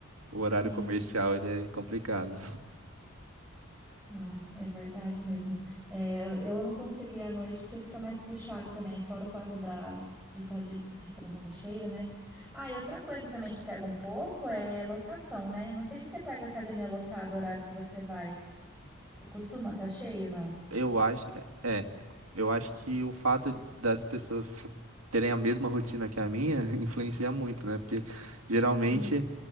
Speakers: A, on the right; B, in the centre.
A: o horário
B: sim.
A: comercial ele é complicado.
B: Ai, é verdade mesmo. É, eu não consigo ir à noite porque fica mais puxado também, fora o fato da, de estar de, de estômago cheio, né? Ah, e outra coisa também que pega um pouco é lotação, né? Não sei se você pega academia lotada o horário que você vai. É, Costuma estar cheio, não?
A: Eu acho, é, eu acho que o fato das pessoas terem a mesma rotina que a minha <laughs> influencia muito, né? Porque geralmente
B: Sim.